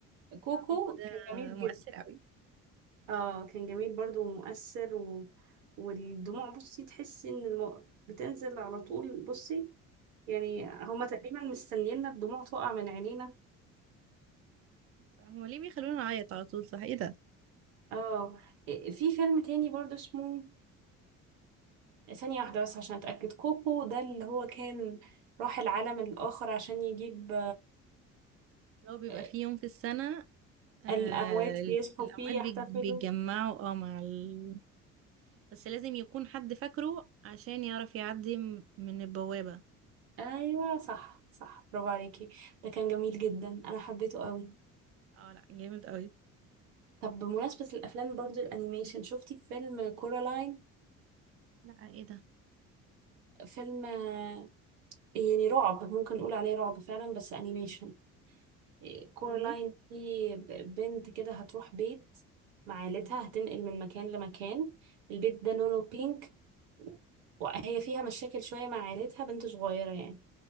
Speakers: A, on the right (about 70°); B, on the right (about 35°).
A: كوكو
B: آه، كوكو ده
A: كان جميل
B: مؤثر
A: جدا
B: قوي
A: اه كان جميل برضو ومؤثر و... والدموع بصي تحسي ان الم... بتنزل على طول بصي يعني هما تقريبا مستنيينا الدموع تقع من عينينا
B: هما ليه بيخلونا نعيط على طول صح ايه ده
A: اه إيه، في فيلم تاني برضو اسمه ثانية واحدة بس عشان اتأكد كوكو ده اللي هو كان راح العالم الآخر عشان يجيب
B: لو بيبقى
A: آه،
B: في يوم في السنة آه
A: الأموات
B: ال-
A: بيصحوا
B: الأموات
A: فيه
B: بيج-
A: يحتفلوا
B: بيتجمعوا اه مع ال... بس لازم يكون حد فاكره عشان يعرف يعدي م- من البوابة
A: ايوه صح صح برافو عليكي ده كان جميل جدا انا حبيته قوي
B: اه لا جامد قوي
A: طب بمناسبة الأفلام برضو الأنيميشن شفتي فيلم كورالاين
B: لا ايه ده
A: فيلم آه، يعني رعب ممكن نقول عليه رعب فعلا بس انيميشن إيه، كورالاين
B: اوكي
A: دي ب- بنت كده هتروح بيت مع عيلتها هتنقل من مكان لمكان البيت ده لونه بينك وهي فيها مشاكل شوية مع عيلتها بنت صغيرة يعني